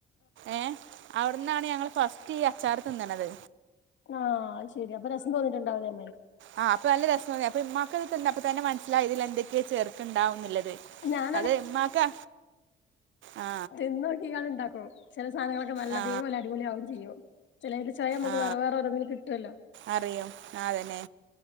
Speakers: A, on the right; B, on the left.
A: ഏ അവിടന്നാണ് ഞങ്ങള് ഫസ്റ്റ് ഈ അച്ചാർ തിന്നണത്
B: ആഹ് അത് ശരി അപ്പൊ രസം തോന്നിട്ടുണ്ടാവല്ലേ
A: ആഹ് അപ്പ നല്ല രസോന്നി അപ്പ ഉമ്മാക്കത് തിന്നപ്പ തന്നെ മനസ്സിലായി ഇതിൽ എന്തൊക്കെയോ ചേർക്കിണ്ടാവും ന്നില്ലത്
B: ഞാന
A: അത് ഉമ്മാക്കാ ആ
B: തിന്ന് നോക്കിക്കാണ്ട് ഉണ്ടാക്കും ചില സാധനങ്ങളൊക്ക നല്ല
A: ആ
B: അതേപോലെ അടിപൊളിയാവും അവര് ചെയ്യും ചെലേന്റെ ചായ ഞമ്മക്ക്
A: ആ
B: വേറെ വേറെ ഓരോന്നിലും കിട്ടുവല്ലോ
A: അറിയും ആതന്നെ